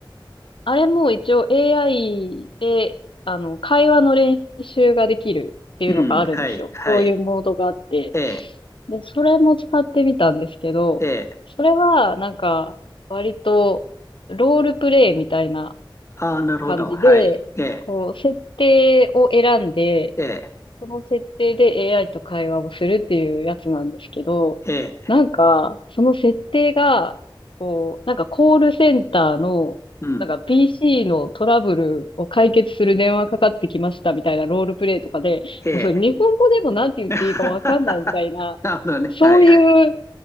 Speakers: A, on the left; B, on the left.
A: あれも一応 AI で、あの、会話の練習ができるっていうのがあるんですよ。
B: うん。はい、はい。
A: そういうモードがあって。
B: ええ、
A: で、それも使ってみたんですけど、
B: ええ。
A: それはなんか割とロールプレイみたいな
B: ああ、なるほど。
A: 感じで、
B: はい。ええ、
A: こう、設定を選んで、
B: ええ、
A: その設定で AI と会話をするっていうやつなんですけど、
B: ええ。
A: なんか、その設定が、こう、なんかコールセンターの、
B: うん。
A: なんか PC のトラブルを解決する電話かかってきましたみたいなロールプレイとかで、
B: ええ。
A: もうそれ日本語でもなんて言っていいかわかんないみたいな、
B: <laughs> なるほどね。
A: そういう、
B: はいはい。